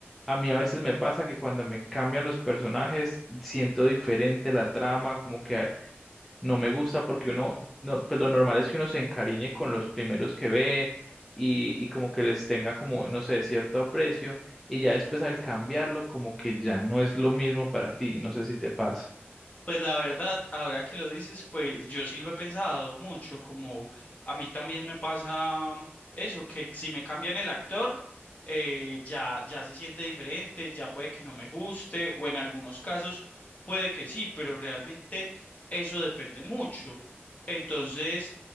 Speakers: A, in the centre; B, on the left (about 35°).
A: A mí a veces me pasa que cuando me cambian los personajes, siento diferente la trama, como que no me gusta porque uno, no, pues lo normal es que uno se encariñe con los primeros que ve y, y como que les tenga como, no sé, cierto aprecio y ya después al cambiarlo como que ya no es lo mismo para ti, no sé si te pasa.
B: Pues la verdad, ahora que lo dices, pues yo sí lo he pensado mucho, como a mí también me pasa eso, que si me cambian el actor, eh, ya, ya se siente diferente, ya puede que no me guste, o en algunos casos puede que sí, pero realmente eso depende mucho. Entonces,